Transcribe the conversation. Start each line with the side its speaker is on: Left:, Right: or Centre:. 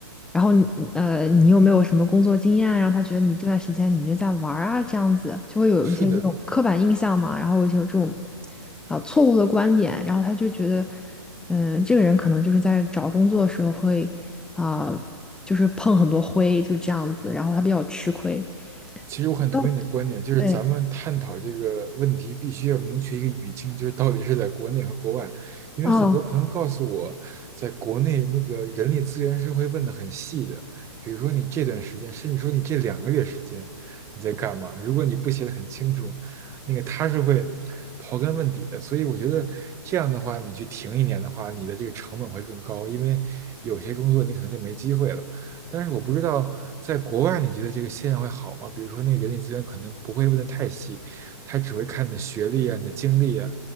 Centre: 然后你呃，你有没有什么工作经验啊？让他觉得你这段时间你一直在玩儿啊，这样子就会有一些这种刻板印象嘛，
Right: 是的。
Centre: 然后有一些这种啊、呃错误的观点，然后他就觉得。嗯，这个人可能就是在找工作的时候会啊、就是碰很多灰，就是这样子，然后他比较吃亏。
Right: 其实我很同意你的观点，
Centre: 哦，
Right: 就是咱们探讨这个问题，
Centre: 对，
Right: 必须要明确一个语境，就是到底是在国内和国外。因为很多朋友告诉我，
Centre: 哦，
Right: 在国内那个人力资源是会问的很细的，比如说你这段时间，甚至说你这两个月时间你在干嘛，如果你不写的很清楚，那个他是会刨根问底的。所以我觉得这样的话，你去停一年的话，你的这个成本会更高，因为有些工作你可能就没机会了。但是我不知道在国外，你觉得这个现象会好吗？比如说，那个人力资源可能不会问的太细，他只会看你的学历啊、你的经历啊，